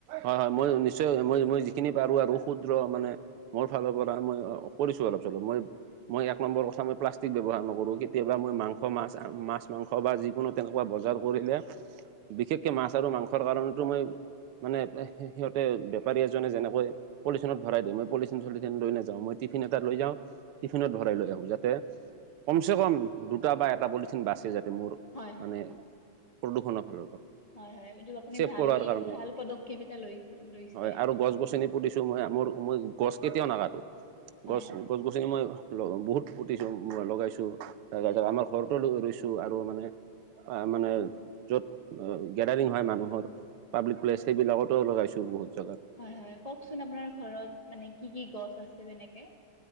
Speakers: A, on the right (about 85°); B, on the left (about 20°).
A: হয়, মই নিশ্চয় মই মই যিখিনি পাৰো আৰু ক্ষুদ্ৰ মানে মোৰ ফালৰ পৰা মই কৰিছো অলপ চলপ, মই মই এক নম্বৰ কথা মই প্লাষ্টিক ব্যৱহাৰ নকৰোঁ কেতিয়াবা মই মংস মাছ, মাছ মাং স বা যিকোনো তেনেকুৱা বজাৰ কৰিলে, বিশেষকৈ মাছ আৰু মাংসৰ কাৰণেতো মই মানে সি-সি-সিহঁতে বেপাৰী এজনে যেনেকৈ পলিথিনত ভৰাই দিয়ে, মই পলিথিন চলিথিন লৈ নাযাও মই টিফিন এটা লৈ যাওঁ টিফিনত ভৰাই লৈ আহো যাতে, কম চে কম দুটা বা এটা পলিথিন বাচে যাতে মোৰ
B: হয় হয়
A: মানে প্ৰদূষণৰ ফালৰ পৰা।
B: হয় হয়, এইটো আপুনি
A: ছেভ
B: ভাল
A: কৰাৰ কাৰণে
B: ভাল পদক্ষেপ এটা লৈ লৈছে
A: হয় আৰু গছ গছনি পুতিছো মই মোৰ মই গছ কেতিয়াও নাকাতো,
B: হয়
A: গছ
B: হয়
A: গছ গ <unintelligible> বহুত পুটিছো লগাইছো, তাৰপিছত
B: হয় হয়
A: আমাৰ ঘৰ ৰুইছোঁ আৰু মানে মানে য'ত গেডাৰিং হয় মানুহৰ প্লেছ সেইবিলাকতো লগাইছো বহুত জাগাত।
B: হয় হয়, কওকচোন আপোনাৰ ঘৰত মানে কি কি গছ আছে তেনেকে।